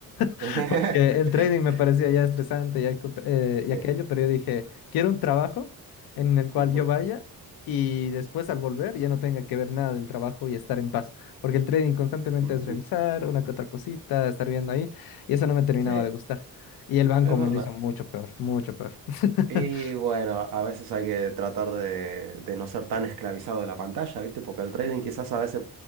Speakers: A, on the left; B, on the right.
A: <laughs>
B: <laughs>
A: porque el trading me parecía ya estresante ya co- eh, y
B: Sí.
A: aquello, pero yo dije, quiero un trabajo en el cual
B: ujú,
A: yo vaya y después al volver ya no tenga que ver nada del trabajo y estar en paz, porque el trading constantemente
B: ujú.
A: es revisar una que otra cosita, estar viendo ahí, y eso no me terminaba
B: Sí, es
A: de gustar. Y el banco
B: verdad.
A: me lo hizo mucho peor, mucho peor. <laughs>
B: Y bueno, a veces hay que tratar de, de no ser tan esclavizado de la pantalla, ¿viste? Porque el trading quizás a veces